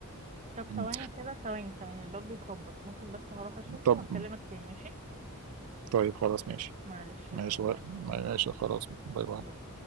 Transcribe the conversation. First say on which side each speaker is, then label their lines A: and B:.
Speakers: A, on the right; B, on the right.
A: طب ثواني
B: مم.
A: كده ثواني ثواني الباب بيخبط ممكن بس هروح اشوفه
B: طب
A: وهكلمك تاني ماشي
B: طيب خلاص ماشي
A: معلش
B: ماشي
A: بقى،
B: باي- ماشي
A: باي.
B: خلاص باي باي
A: باي.